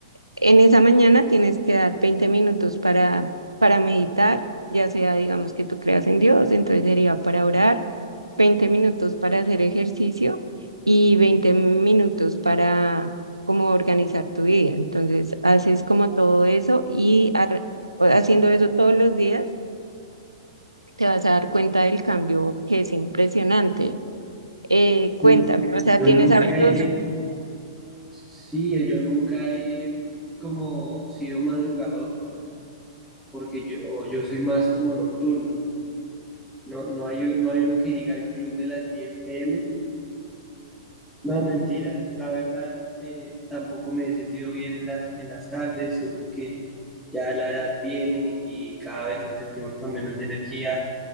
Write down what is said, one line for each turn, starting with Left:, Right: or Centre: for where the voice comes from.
Right: en esa mañana tienes que dar 20 minutos para, para meditar, ya sea, digamos, que tú creas en Dios, entonces sería para orar, 20 minutos para hacer ejercicio y 20 minutos para como organizar tu vida. Entonces, haces como todo eso y ar- haciendo eso todos los días, te vas a dar cuenta del cambio que es impresionante. Eh, cuéntame,
Centre: Mm,
Right: o sea,
Centre: Yo
Right: ¿tienes
Centre: nunca
Right: hábitos?
Centre: he, sí, yo nunca he mm, como sido madrugador, porque yo, yo soy más como nocturno. No, no hay, u- no hay uno que diga el club de las 10 pm, No, mentiras. La verdad, eh, tampoco me he sentido bien en las, en las tardes. Siento que ya la edad viene y cada vez nos sentimos con menos energía.